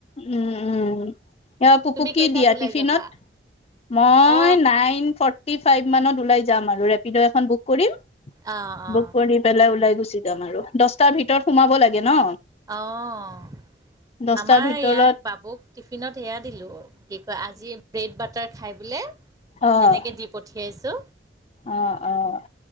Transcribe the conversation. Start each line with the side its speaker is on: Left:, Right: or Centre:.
Left: উ, উ। এয়া ফুফুক
Right: তুমি
Left: কি
Right: কেইটাত
Left: দিয়া
Right: ওলাই
Left: টিফিনত,
Right: যাবা
Left: মই
Right: অ
Left: নাইন ফৰ টি ফাইভ মানত ওলাই যাম আৰু। ৰেপিড' এখন বুক কৰিম,
Right: অ অ
Left: বুক কৰি পেলাই ওলাই গুছি যাম আৰু। দছটাৰ ভিতৰত সোমাব লাগে ন?
Right: অ'
Left: দহটাৰ
Right: আমাৰ
Left: ভিতৰত
Right: ইয়াক, বাবুক টিফিনত হেয়া দিলোঁ। কি কয় আজি ব্ৰেড বাটাৰ খাই বোলে।
Left: অ'
Right: তেনেকে দি পঠিয়াইছো।
Left: অ', অ'